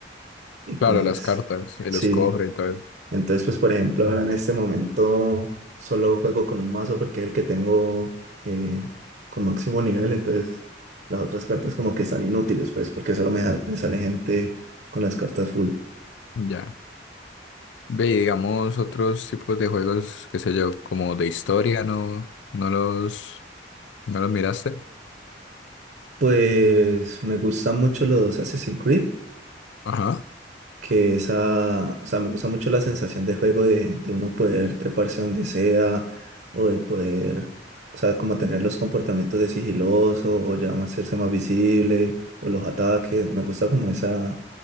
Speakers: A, on the right (about 60°); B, on the left (about 80°).
A: y pues
B: Claro, las cartas, y
A: sí.
B: los cofres y todo eso.
A: Entonces pues por ejemplo ahora en este momento solo juego con un mazo porque es el que tengo eh, con máximo nivel, entonces las otras cartas como que están inútiles pues porque solo me, da- me sale gente con las cartas full.
B: Ya. Ve, y digamos, otros tipos de juegos, qué sé yo, como de historia, ¿no? ¿No los, no los miraste?
A: Pues me gustan mucho los Assassin's Creed
B: Ajá.
A: que esa, o sea, me gusta mucho la sensación de juego de, de uno poder treparse donde sea o de poder, o sea, como tener los comportamientos de sigiloso o ya más hacerse más visible o los ataques, me gusta como esa,